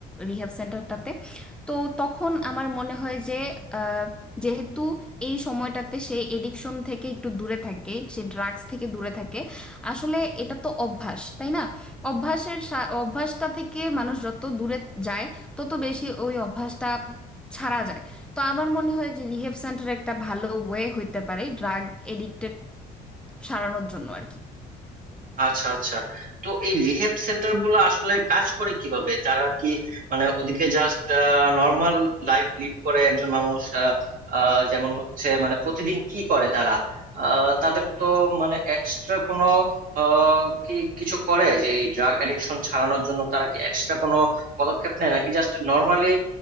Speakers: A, in the centre; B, on the right.
A: রিহ্যাব সেন্টারটাতে তো তখন আমার মনে হয় যে আহ, যেহেতু এই সময়টাতে সে এডিকশন থেকে একটু দূরে থাকে সে ড্রাগস থেকে দূরে থাকে আসলে এটা তো অভ্যাস তাই না অভ্যাসের সা- অভ্যাসটা থেকে মানুষ যত দূরে যায় তত বেশি ওই অভ্যাসটা ছাড়া যায় তো আমার মনে হয় যে রিহেব সেন্টার একটা ভালো ওয়ে হইতে পারে ড্রাগ এডিক্টেড সারানোর জন্য আর কি
B: আচ্ছা আচ্ছা তো এই রিহেব সেন্টার গুলো আসলে কাজ করে কিভাবে তারা কি মানে ওদিকে জাস্ট নর্মাল লাইফ লিড করে একজন মানুষ আহ, আহ, যেমন হচ্ছে মানে প্রতিদিন কি করে তারা আহ, তাদের তো মানে এক্সট্রা কোনো আহ, কি কিছু করে যে এই ড্রাগ অ্যাডিকশন ছাড়ানোর জন্য তারা কি এক্সট্রা কোনো পদক্ষেপ নেয় নাকি জাস্ট নর্মালি